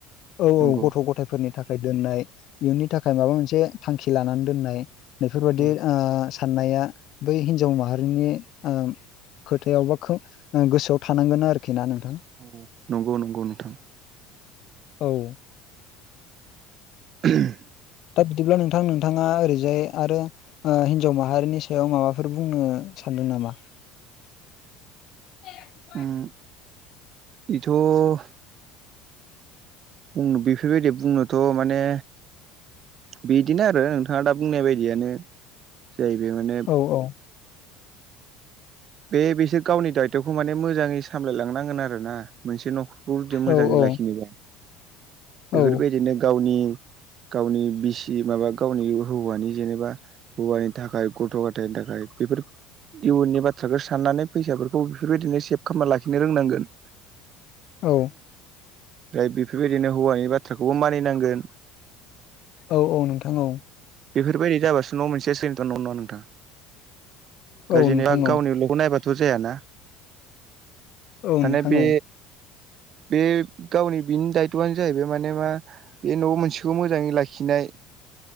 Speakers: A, on the left (about 50°); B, on the right (about 45°).
A: औ
B: नंगौ
A: औ गथ' गथायफोरनि थाखाय दोननाय। इयुननि थाखाय माबा मोनसे थांखि लानानै दोननाय बेफोरबायदि
B: औ
A: साननाया बै हिन्जाव माहारिनि ओ खोथायाव बा खो- गोसोआव थानांगोन आरोखिना नोंथां।
B: औ नंगौ नंगौ नोंथां।
A: औ
B: <inaudible>
A: दा बिदिब्ला नोंथां नोंथाङा ओरैजाय आरो ओ हिन्जाव माहारिनि सायाव माबाफोर बुंनो सानदों नामा? <inaudible>
B: ओम <inaudible> बेथ' बुं बेफोरबायदि बुंनोथ' माने बिदिनो आरो नोंथाङा दा बुंनाय बायदियानो जाहैबाय माने
A: औ औ
B: बे बिसोर गावनि दायथ'खौ माने मोजाङै सामलायलांनांगोन आरो ना। मोनसे न'खरखौ जुदि मोजाङै
A: औ औ
B: लाखिनोबा बेफोरबायदिनो
A: औ
B: गावनि गावनि बिसि माबा गावनि हौवानि जेनेबा हौवानि थाखाय गथ' गथायनि थाखाय बेफोर इयुननि बाथ्रा बाथ्राखौ साननानै फैसाफोरखौ बेफोरबायदिनो सेभ खालामना लाखिनो रोंनांगोन।
A: औ
B: ओमफ्राय बेफोरबायदिनो हौवानि बाथ्राखौबो मानिनांगोन।
A: औ औ नोंथां औ।
B: बेफोरबादि जाबासो न' मोनसे सोलिगोन नङा होनबा नोंथां दा
A: औ
B: जेनेबा
A: नोंथां औ
B: गावनि ल' खौ नायबाथ' जायाना
A: औ
B: माने
A: नोंथां
B: बे
A: औ
B: बे गावनि बिनि दायथ'आनो जाहैबाय माने मा बे न' मोनसेखौ मोजाङै लाखिनाय